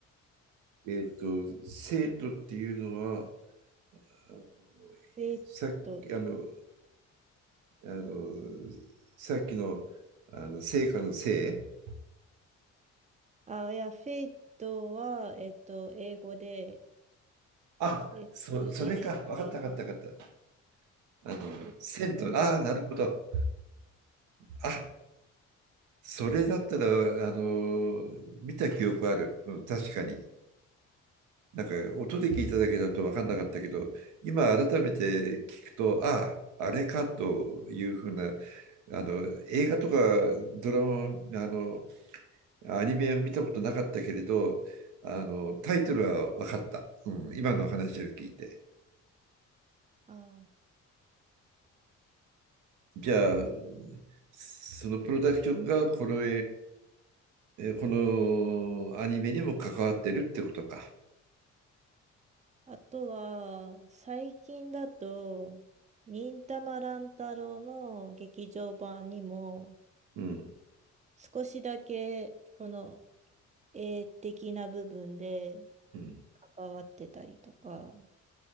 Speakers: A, on the right; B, on the right.
A: えっと、生徒っていうのは、あの
B: フェイト、
A: さっき、あの、あの、さっきの、あの、成果のせい
B: あ、いや、フェイトは、えっと、英語で、
A: あ、
B: SAT、
A: そ、それか。わかったわかったわかった。あの、
B: う、
A: 生徒、
B: うむ。
A: ああ、なるほど。あ、それだったら、あの、見た記憶ある。うん、確かに。なんか音で聞いただけだと分かんなかったけど、今改めて聞くと、ああ、あれかというふうな、あの映画とかドラマ、あのアニメを見たことなかったけれど、あのタイトルは分かった、うん、今の話を聞いて。
B: あ
A: じゃあ、そのプロダクションがこのこのアニメにも関わってるってことか。
B: あ。あとは、最近だと、忍たま乱太郎の劇場版にも、
A: うん、
B: 少しだけ、その、絵的な部分で
A: うん、
B: 関わってたりとか